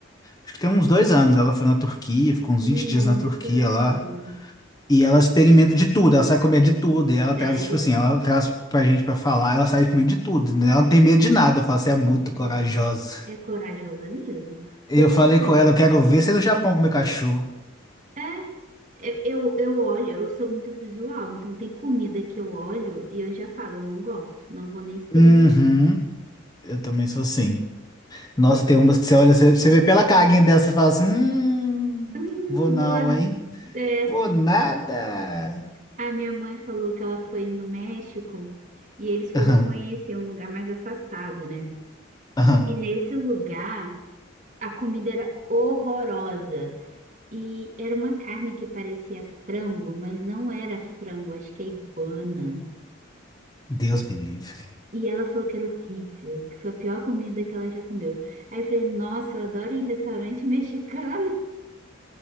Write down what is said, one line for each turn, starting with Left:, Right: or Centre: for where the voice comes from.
Left: acho que tem uns dois anos, ela foi na Turquia, ficou uns
Right: Hum,
Left: 20 dias
Right: minha mãe
Left: na Turquia
Right: já foi lá também.
Left: lá. E ela experimenta de tudo, ela sai comer de tudo. E ela traz,
Right: Sério?
Left: tipo assim, ela traz pra gente pra falar, ela sai comer de tudo, né? Ela não tem medo de nada. Eu falo,
Right: Caramba.
Left: você é muito corajosa.
Right: É corajosa mesmo.
Left: Eu
Right: Porque
Left: falei
Right: assim,
Left: com ela, eu quero ver você no Japão comer cachorro.
Right: é, é- eu, eu olho, eu sou muito visual, então tem comida que eu olho e eu já falo, eu não gosto, não vou nem experimentar.
Left: Uhum,
Right: <laughs>
Left: eu também sou assim. Nossa, tem umas que você olha, você, você vê pela caguinha dela, você fala assim, hum,
Right: Hum,
Left: vou não,
Right: vou a,
Left: hein?
Right: é,
Left: Vou nada.
Right: a minha mãe falou que ela foi no México e eles foram
Left: Aham,
Right: conhecer um lugar mais afastado, né?
Left: aham.
Right: E nesse lugar, a comida era horrorosa. E era uma carne que parecia frango, mas não era frango, acho que é iguana.
Left: Deus me livre.
Right: E ela falou que era horrível, que foi a pior comida que ela já comeu. Aí eu falei, nossa, eu adoro ir em restaurante mexicano.